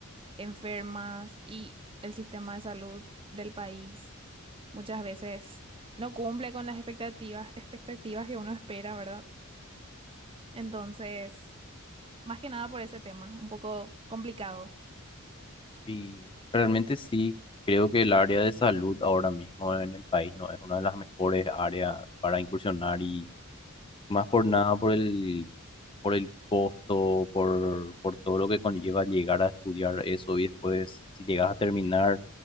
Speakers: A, on the right; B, on the left.
A: enfermas y el sistema de salud del país muchas veces no cumple con las expectativas, expectativas que uno espera, ¿verdad? Entonces, más que nada por ese tema, un poco complicado.
B: Y realmente sí, creo que el área de salud ahora mismo en el país no es una de las mejores áreas para incursionar y más por nada por el, por el costo, por, por todo lo que conlleva llegar a estudiar eso y después si llegas a terminar